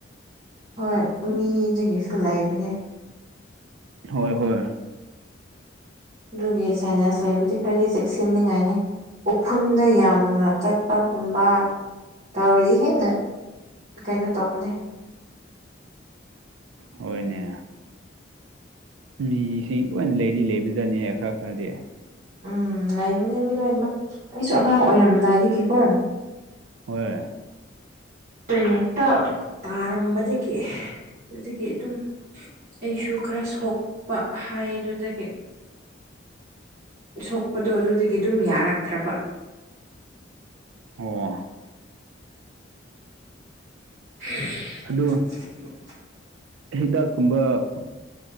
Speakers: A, on the right (about 45°); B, on the right (about 80°).
A: ꯍꯣꯏ ꯃꯤꯗꯒꯤꯁꯨ ꯂꯩꯕꯅꯦ
B: ꯍꯣꯏ ꯍꯣꯏ
A: ꯑꯗꯨꯒꯤ ꯁꯥꯏꯅꯥꯁ ꯂꯩꯕꯨꯗꯤ ꯈꯔꯒꯤ ꯆꯦꯛꯁꯤꯟꯅꯤꯉꯥꯏꯅꯤ ꯎꯐꯨꯟꯗ ꯌꯥꯝꯅ ꯆꯠꯄꯒꯨꯝꯕ ꯇꯧꯔꯗꯤ ꯍꯦꯟꯅ ꯀꯩꯅꯣ ꯇꯧꯕꯅꯦ
B: ꯍꯣꯏꯅꯦ ꯃꯤꯁꯤꯡ ꯂꯣꯏ ꯂꯩꯔꯤ ꯂꯩꯕꯖꯠꯅꯤꯍ ꯈꯔ ꯈꯔꯗꯤ
A: ꯎꯝ ꯂꯩꯕꯅꯦ ꯂꯣꯏꯅꯃꯛ ꯑꯩꯁꯨ ꯑꯉꯥꯡ ꯑꯣꯏꯔꯝꯗꯥꯏꯗꯒꯤꯀꯣ
B: ꯍꯣꯏ
A: ꯇꯣꯏꯂꯦꯠꯇ ꯇꯥꯔꯝꯕꯗꯒꯤ ꯑꯗꯨꯗꯒꯤ ꯑꯗꯨꯝ ꯑꯩꯁꯨ ꯈꯔ ꯁꯣꯛꯄ ꯍꯥꯏꯌꯦ ꯑꯗꯨꯗꯒꯤ ꯁꯣꯛꯄꯗꯣ ꯑꯗꯨꯗꯒꯤ ꯑꯗꯨꯝ ꯌꯥꯔꯛꯇ꯭ꯔꯕ
B: ꯑꯣ
A: ꯎꯝ
B: ꯑꯗꯣ
A: ꯎꯝ
B: ꯍꯤꯗꯥꯛꯀꯨꯝꯕ